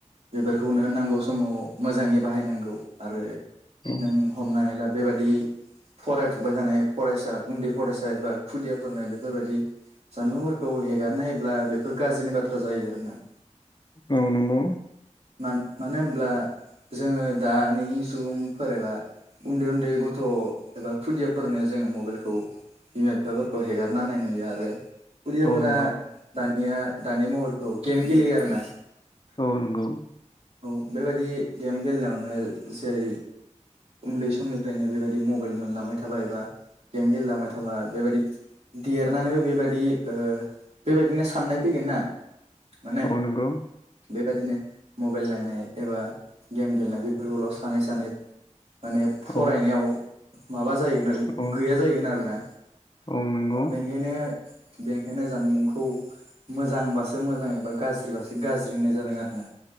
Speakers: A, on the right (about 55°); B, on the left (about 35°).
A: बेफोरखौनो नांगौ समाव मोजाङै बाहायनांगौ आरो
B: औ
A: नों हमनानै ला बेबायादि फरायफुबाय थानाय फरायसा उन्दै फरायसा एबा खुदियाफोरनो बेफोरबायदि जानबुंफोरखौ हेगारना होयोब्ला बेफोर गाज्रिनि बाथ्रा जायो आरोना।
B: औ नोंगौ।
A: मान मानो होनब्ला जोङो दानि सुबुंफोरा एबा उन्दै उन्दै गथ' एबा खुदियाफोरनो जोङो मबाइलखौ बिमा बिफाफोरखौ हेगारना होनाय नुयो आरो। खुदियाफोरा
B: औ नंगौ
A: दानिया दानि मबाइलखौ गेम गेलेयो आरो ना
B: औ नंगौ।
A: बेबायदि गेम गेलेनायावनो जेरै उन्दै समनिफ्रायनो बेबायदि मबाइल मोनलांबाय थाबा एबा गेम गेलेलांबाय थाबा बेबायदि देरनानैबो बेबायदि ओ बेबायदिनो साननाय फैगोन ना माने
B: औ नंगौ।
A: बेबायदिनो मबाइल नायनाय एबा गेम गेलेनाय बेफोरखौल' सानै सानै माने फरायनायाव
B: औ
A: माबा जायैगोन
B: औ
A: गैया जाहैगोन आरोना
B: औ नंगौ
A: बेनिखायनो बेनिखायनो जानबुंखौ मोजांबासो मोजां एबा गाज्रिबासो गाज्रि। ओरै होननाय जादों आरोना